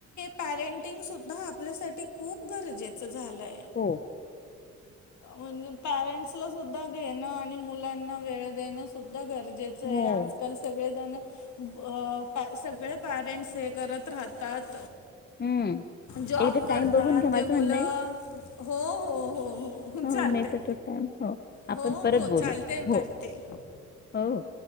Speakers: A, on the left; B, on the left.
A: पॅरेंटिंग सुुद्धा आपल्यासाठी खूप गरजेचं झालं आहे
B: हो
A: म्हणजे पॅरेंट्सला सुद्धा घेणं आणि मुलांना वेळ देणं सु गरजेचं आहे
B: हो.
A: आजकाल सगळेजण अ सगळे पॅरेंटस हे करत राहतात
B: हम्म
A: जॉब
B: एकदा
A: करतात
B: टाइम बघून घ्या माझं
A: ते मुलं
B: म्हणणं आहे
A: हो हो हो हो
B: हो
A: चालतंय
B: नाही तर तो टाम हो
A: हो
B: आपण परत
A: हो
B: बोलू
A: चालते
B: हो
A: करते
B: हो